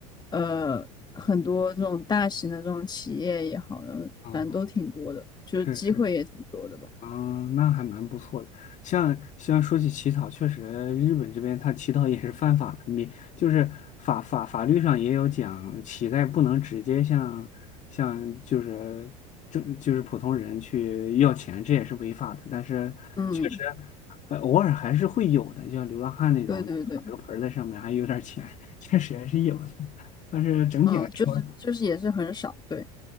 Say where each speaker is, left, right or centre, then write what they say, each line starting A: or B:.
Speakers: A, on the left (about 20°); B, on the left (about 40°).
A: 呃，很多这种大型的这种企业也好，然后反正都挺多的，
B: 啊！
A: 就是机会也挺多的吧。
B: 是嗯，那还蛮不错的。像像说起乞讨，确实日本这边他乞讨也是犯法的，免就是法法法律上也有讲，乞丐不能直接向向就是正就是普通人去要钱，这也是违法的。但是确实，
A: 嗯，
B: 呃偶尔还是会有的，就像流浪汉那种，
A: 对对对，
B: 摆个盆儿在上面还有点儿钱，<laughs> 确实还是有的。但是整体来说，
A: 嗯，就是就是也是很少，
B: 啊。
A: 对。